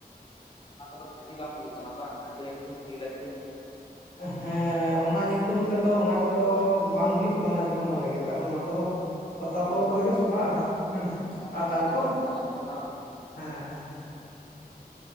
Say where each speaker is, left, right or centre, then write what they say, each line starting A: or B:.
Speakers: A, on the left; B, on the left.
A: ᱚᱱᱟ ᱠᱚᱫᱚ ᱵᱷᱟᱜᱤ ᱵᱟᱝ ᱦᱩᱭᱩᱜ ᱠᱟᱱᱟ ᱵᱟᱝ ᱦᱟᱺᱰᱤ ᱟᱹᱠᱷᱨᱤᱧ ᱡᱤᱞ ᱟᱠᱷᱨᱤᱧ
B: ᱦᱮᱸ ᱚᱱᱟ ᱧᱩᱛᱩᱢ ᱛᱮᱫᱚ ᱚᱱᱟ ᱠᱚᱫᱚ ᱵᱟᱝ ᱦᱩᱭᱩᱜ ᱠᱟᱱᱟ ᱮᱠᱫᱚᱢ ᱵᱷᱟᱞᱮᱜ ᱜᱮ ᱠᱟᱨᱚᱱ ᱚᱱᱟ ᱠᱚᱫᱚ ᱯᱟᱛᱟ
A: ᱟᱵᱚ
B: ᱯᱚᱨᱚᱵᱽ
A: ᱫᱚ
B: ᱨᱮᱜᱮ
A: ᱚᱸᱰᱮ ᱫᱚ
B: ᱥᱚᱵᱷᱟᱜᱼᱟ᱾ ᱦᱮᱸ
A: ᱡᱚᱢ ᱧᱩ
B: ᱟᱨ
A: ᱞᱟᱹᱜᱤᱫ
B: ᱛᱟᱨᱯᱚᱨ
A: ᱫᱚ ᱵᱟᱵᱚᱱ ᱪᱟᱞᱟᱜ ᱠᱟᱱᱟ ᱵᱟᱝ
B: ᱦᱮᱸ ᱦᱮᱸ